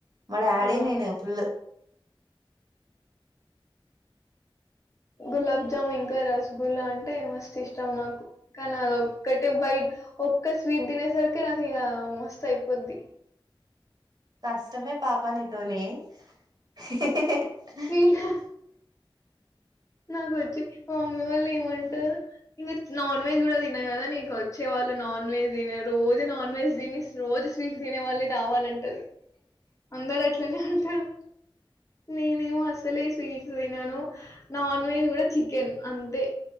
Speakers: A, on the right; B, on the left.
A: మా డాడీ
B: ఆ!
A: నేను ఫుల్
B: గులాబ్జామ్ ఇంకా రస్గుల్లా అంటే మస్త్ ఇష్టం నాకు కానీ అది ఒక్కటే బైట్ ఒక్క స్వీట్ తినేసరికె నాకు ఇంక మస్తు అయిపోద్ది
A: కష్టమే పాప నీతోని <unintelligible>
B: స్వీట్ నాకొచ్చి మా మమ్మీ వాళ్ళు ఏమంటారు నాన్ వెజ్ గుడ తి తిన కదా నీకు వచ్చే వాళ్ళు నాన్ వెజ్ తిన రోజు నాన్ వెజ్ తిని రోజు స్వీట్స్ తినే వాళ్ళే రావాలం టది అందరు అట్లనే అంటారు నేనేమో అసలే స్వీట్లు తినను. నాన్ వెజ్ గుడ చికెన్ అంతే